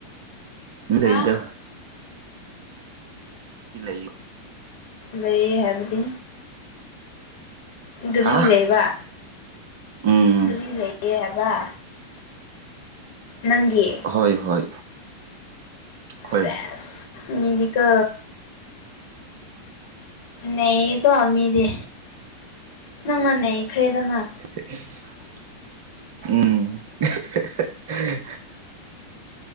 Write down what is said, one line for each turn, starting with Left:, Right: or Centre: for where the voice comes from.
Left: ꯍꯥ
Right: ꯂꯩꯗ ꯏ ꯂꯩꯌꯨ
Left: ꯂꯩꯌꯦ ꯍꯥꯏꯕꯗꯤ ꯒꯔꯤ
Right: ꯍꯥ
Left: ꯂꯩꯕ
Right: ꯎꯝ
Left: ꯒꯔꯤ ꯂꯩꯌꯦ ꯍꯥꯏꯕ ꯅꯪꯒꯤ
Right: ꯍꯣꯏ ꯍꯣꯏ ꯍꯣꯏ
Left: ꯁꯦꯁ ꯃꯤꯗꯤꯀꯣ ꯅꯩꯌꯦꯀꯣ ꯃꯤꯗꯤ ꯅꯪꯅ ꯅꯩꯈ꯭ꯔꯦꯗꯅ
Right: <unintelligible> ꯎꯝ <unintelligible>